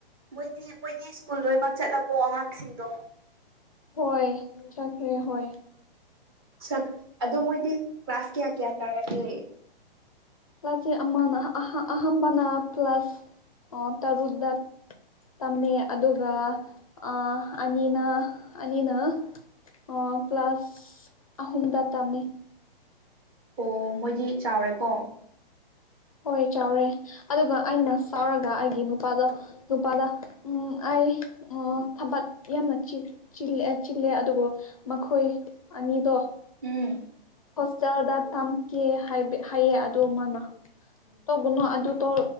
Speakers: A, on the right; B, on the left.
A: ꯃꯣꯏꯗꯤ ꯃꯣꯏꯗꯤ ꯁ꯭ꯀꯨꯜ ꯂꯣꯏꯅꯃꯛ ꯆꯠꯂꯕꯣ ꯑꯉꯥꯡꯁꯤꯡꯗꯣ
B: ꯍꯣꯏ ꯆꯠꯈ꯭ꯔꯦ ꯍꯣꯏ
A: ꯁꯛ ꯑꯗꯣ ꯃꯣꯏꯗꯤ ꯀ꯭ꯂꯥꯁ ꯀꯌꯥ ꯀꯌꯥ ꯀꯥꯔꯒꯦ
B: ꯀ꯭ꯂꯥꯁꯤ ꯑꯃꯅ ꯑꯍ ꯑꯍꯟꯕꯅ ꯄ꯭ꯂꯥꯁ ꯑꯣ ꯇꯔꯨꯛ ꯗꯠ ꯇꯝꯃꯦ ꯑꯗꯨꯒ ꯑ ꯑꯅꯤꯅ ꯑꯅꯤꯅ ꯑꯣ ꯀ꯭ꯂꯥꯁ ꯑꯍꯨꯝꯗ ꯇꯝꯃꯤ
A: ꯑꯣ ꯃꯣꯏꯗꯤ ꯆꯥꯎꯔꯦꯀꯣ
B: ꯍꯣꯏ ꯆꯥꯎꯔꯦ ꯑꯗꯨꯒ ꯑꯩꯅ ꯁꯥꯎꯔꯒ ꯑꯩꯒꯤ ꯅꯨꯄꯥꯗꯣ ꯅꯨꯄꯥꯗ ꯎꯝ ꯑꯩ ꯎꯝ ꯊꯕꯛ ꯌꯥꯝꯅ ꯆꯤ ꯆꯤꯜꯂ‌ꯦ ꯆꯤꯜꯂꯦ ꯑꯗꯨꯕꯨ ꯃꯈꯣꯏ ꯑꯅꯤꯗꯣ
A: ꯎꯝ
B: ꯍꯣꯁꯇꯦꯜꯗ ꯊꯝꯀꯦ ꯍꯥꯏꯕ ꯍꯥꯏꯌꯦ ꯑꯗꯨ ꯃꯥꯅ ꯇꯧꯒꯨꯅꯣ ꯑꯗꯨ ꯇꯧ